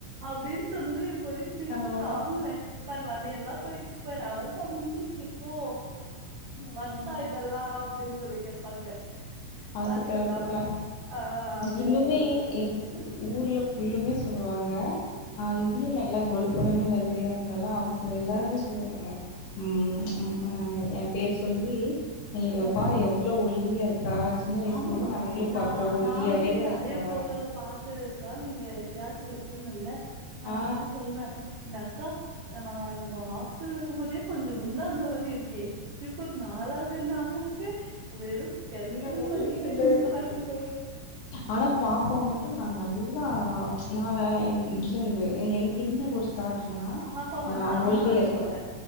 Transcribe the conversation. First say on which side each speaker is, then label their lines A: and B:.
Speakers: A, on the right; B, on the left.
A: அப்டின்னு சொன்னது எனக்கு ஒரே சிரிப்பு
B: ஆமா
A: தாங்களே பாரு வலியெல்லா போயிடுச்சு பாரு அவள தா முடிஞ்சிடுச்சு ஓ
B: ம்
A: வொர்த்தா இதெல்லா அப்டின்னு சொல்லி கேப்பாங்க
B: அது
A: வொர்த்துதா
B: கரெக்ட் தான்
A: மேம் ஆ அப்டின்னு
B: இன்னுமே
A: சொல்லுவே
B: எங்க ஊர்ல ஃபுல்லுமே சொல்லுவாங்க ஆ இவ்வளு நல்லா கொழு கொழன்னு வெள்ளையா இருந்தாலா அப்ப எல்லாருமே
A: ஆ
B: சொல்லுவாங்க ம் எ பேர் சொல்லி இவப்பாரு
A: ஆ
B: எவ்ளோ ஒல்லியா இருக்கா சின்ன வயசுல
A: ஆமா
B: இருந்து நாங்களு
A: ந
B: பாக்குறோ ஒல்லியாவேதா
A: நானுமே நெறைய
B: இருந்தா
A: போட்டோல பாத்து க்கா நீங்க எப்பயாச்சு வெப்பீங்கல்ல நாங்க
B: ஆ
A: வந்து சொல்லுவே இந்த அக்கா ஆ நம்ம ஹாஸ்டல இருக்கும் போதே கொஞ்சம் குண்டா இருந்த மாரி இருக்கே இப்போ நாளாக நாளாக வெறு ஸ்கெல்
B: இன்னு
A: ட்டில்
B: ஒல்லியாதா
A: மாரியே சுத்துறாங்களே
B: இருக்கா ஆனா பாப்பா மட்டு நா நல்லா நா இல்ல இ எனக்கு என்ன ஒ தாட்டுனா
A: பாப்பா வந்து
B: நான்
A: அண்ணா
B: ஒல்லியா
A: மாரி
B: இருக்கே
A: போல